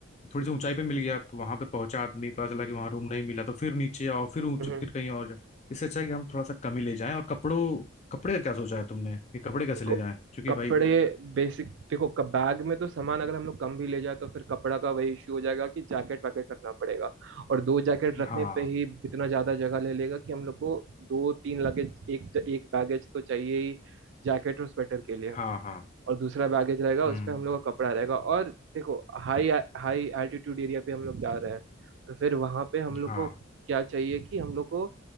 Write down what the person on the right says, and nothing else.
हम्म
देखो
कपड़े
बेसिक देखो कब बैग में तो सामान अगर हम लोग कम भी ले जाए तो फिर कपड़ा का वही इश्यू हो जाएगा कि जैकेट वैकेट रखना पड़ेगा और दो जैकेट रखने
पे ही इतना ज्यादा जगह ले लेगा कि हम लोग को दो तीन लगेज एक एक बैगेज तो चाहिए ही जैकेट और स्वेटर के लिए
और दूसरा बैगेज रहेगा उसपे
हम लोग का कपड़ा रहेगा और देखो हाई हाई एल्टीट्यूड एरिया पे हम लोग जा रहे हैं तो फिर वहां पे हम
लोग को क्या चाहिए कि हम लोग को